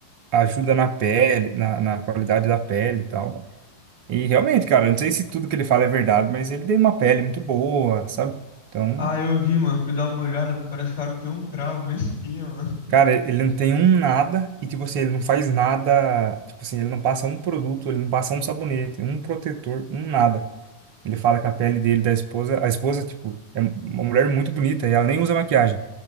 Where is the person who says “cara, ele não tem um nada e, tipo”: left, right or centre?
Right